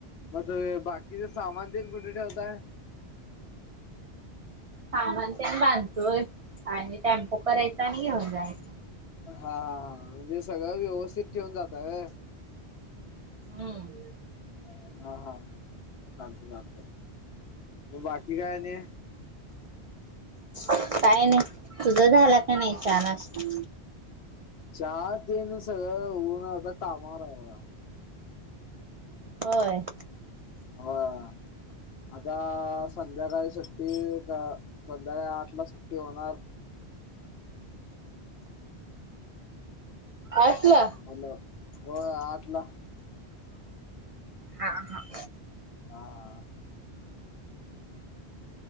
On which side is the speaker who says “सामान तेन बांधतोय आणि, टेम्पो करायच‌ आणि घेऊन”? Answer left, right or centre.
Right